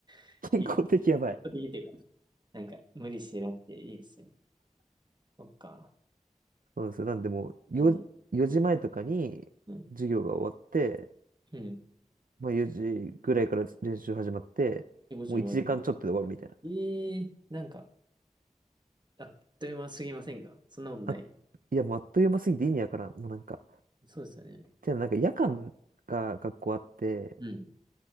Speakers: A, on the right; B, on the right.
A: <laughs>
B: <laughs> 健康的やばい。
A: いい。健康的っていうか、なんか無理してなくていいですね。そっか。
B: そうなんですよ。なんでもう4、
A: うん。
B: 時前とかに授業が終わって、
A: うん。うん。
B: まあ4時ぐらいから練習始まって、
A: で、ご時の終わった。
B: もう1時間ちょっとで終わるみたいな。
A: ええーなんか、あっという間すぎませんかそんなことない。
B: あ、いやもうあっという間すぎて意味わからん。もうなんか、
A: そうですよね。
B: てかなんか夜間が学校あって、
A: うん。